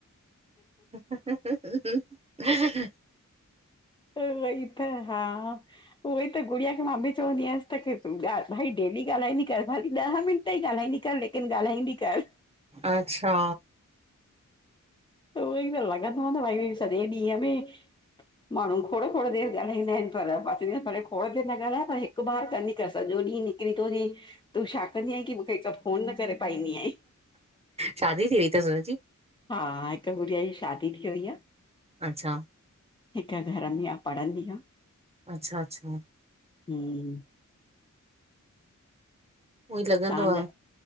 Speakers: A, on the right; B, on the left.
A: <unintelligible>
B: उहो ई त। हा, उहो ई त गुॾिया खे मां बि चवंदी अयसि तां की भई डेली ॻाल्हाईंदी कर खाली ॾह मिनट त ई ॻाल्हंदी कर लेकिन लेकिन ॻाल्हाईंदी कर।
A: अच्छा।
B: उहो ई न लॻंदो न भई सॼे ॾींहं में माण्हू खोडो-खोडो देरि ॻाल्हाईंदा आहिनि पर अची भले खोडो देरि न ॻाल्हाए पर हिकु हिकु बार कंदी कर सॼो ॾींहुं निकिरी थो वञे तूं छा कंदी आहे की मूंखे हिकु फोन न करे पाईंदी आहे।
A: शादी थी वई अथसि हुनजी?
B: हा, हिकु गुॾिया जी शादी थी वई आ।
A: अच्छा।
B: हिकु घर में आहे पढ़ंदी आ।
A: अच्छा-अच्छा।
B: हम्म।
A: उअई लॻंदो
B: तंजा,
A: आ।